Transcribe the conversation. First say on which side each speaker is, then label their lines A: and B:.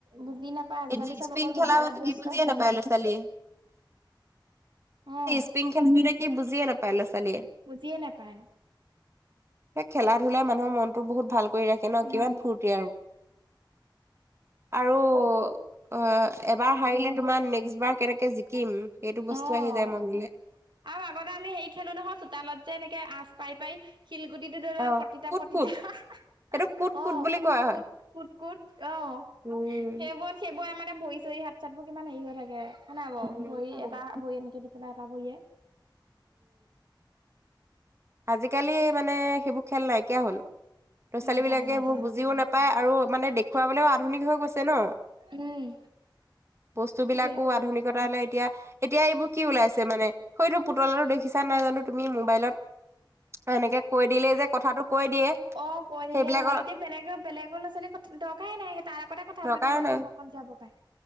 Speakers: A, on the right; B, on the right.
A: বুজি নাপায় আজিকালি
B: এতিয়া
A: চব
B: স্পিং
A: অকল
B: খেলা
A: মোবাইলত
B: মানে
A: ব্যস্ত।
B: কি বুজিয়ে নাপায় ল'ৰা ছোৱালী
A: অ',
B: স্পিং খেলা ম কি বুজি নাপাই ল'ৰা ছোৱালীয়ে।
A: বুজিয়ে নাপায়
B: সেই খেলা ধূলাই মানুহৰ মনটো টো বহুত ভাল কৰি ৰাখে ন
A: উম।
B: কিমান ফূুৰৰ্তি আৰু আৰু অ এবাৰ হাৰিলে তোমাৰ নেক্সট বাৰ কেনেকে জিকিম সেইটো বস্তু
A: অ'।
B: আহি যায় মনলে
A: আৰু আগতে আমি হেৰি খেলো নহয় চোতালত যে এনেকে আঁচ পাৰি পাৰি শিলগুটিটোৰ দৰোৰ
B: অ
A: প্ৰতিতা
B: কুট
A: প্ৰতি
B: কুট
A: <inaudible>
B: সেইটো কুট কুট
A: অ
B: বুলি
A: কোট
B: কোৱা হয়।
A: কোট কোট কোট অ
B: উম।
A: সেইবোৰ সেইবোৰ আমাৰ এয়া ভৰি চৰি হাত চাত বোৰ কিমান হেৰি হৈ থাকে হ নাই বাৰ
B: উম
A: ভৰি এটা ভৰি এনেকে দি ইফালে এটা ভৰিয়ে।
B: আজিকালি মানে সেইবোৰ খেল নাইকিয়া হ'ল। ল'ৰা
A: নাইকিয়া
B: ছোৱালী বিলাকে
A: হ'ল নাইকিয়া
B: এইবোৰ
A: হ'ল
B: বুজিও নাপায় আৰু মানে দেখুৱাবলৈও আধুনিক হৈ গৈছে ন
A: উম
B: বস্তুবিলাকো
A: সেইটোয়ে।
B: আধুনিকতা হ'লে এতিয়া এতিয়া এইবোৰ কি ওলাইছে মানে সেইতো পুতলাটো দেখিছা নাই জানো তুমি মোবাইলত এনেকে কৈ দিলেই যে কথাটো কৈ দিয়ে
A: অ' কৈ দিলে
B: সেইবিলাকৰ
A: কথা এতিয়া বেলেগৰ বেলেগৰ ল'ৰা ছোৱালী দৰকাৰেই নাই সেই তাৰ লগতে কথা
B: দৰকাৰ
A: পাতি মানে
B: নাই
A: সময় কণ যাব পাৰে